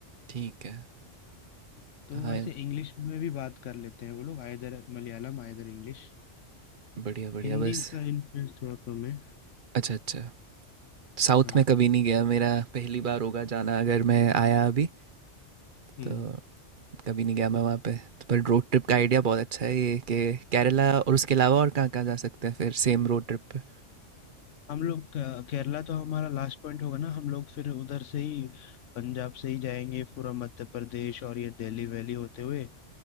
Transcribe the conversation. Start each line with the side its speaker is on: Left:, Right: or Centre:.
Right: ठीक है
Left: तो
Right: हाँ
Left: वैसे इंग्लिश में भी बात कर लेते हैं वो लोग Either Malayalam either English
Right: बढ़िया बढ़िया
Left: Hindi
Right: बस
Left: का इन्फ्लुएंस थोड़ा कम है
Right: अच्छा अच्छा साउथ
Left: हाँ
Right: में कभी नहीं गया मेरा पहली बार होगा जाना अगर मैं आया अभी
Left: हम्म
Right: तो कभी नहीं गया मैं वहाँ पे पर रोड ट्रिप का आइडिया बहुत अच्छा है ये कि केरला और उसके अलावा और कहाँ कहाँ जा सकते हैं फिर सेम रोड ट्रिप पे
Left: हम लोग अ, केरला तो हमारा लास्ट पॉइंट होगा ना हम लोग फिर उधर से ही पंजाब से ही जाएंगे पूरा मध्य प्रदेश और ये दिल्ली वैली होते हुए